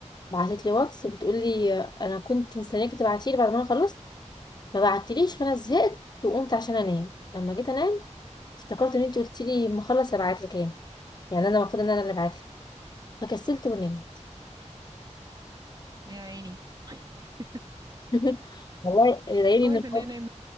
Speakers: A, on the left; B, on the right.
A: بعتت لي واتس بتقول لي انا كنت مستنياكي تبعتي لي بعد ما انا خلصت ما بعتليش فانا زهقت وقمت عشان انام لما جيت انام افتكرت ان انت قلتي لي ما اخلص ابعت لك انا يعني انا المفروض ان انا اللي ابعت لك فكسلت ونمت
B: يا عيني <laughs>
A: <laughs> والله اللي ضايقني
B: كويس
A: من الموقف
B: ان انا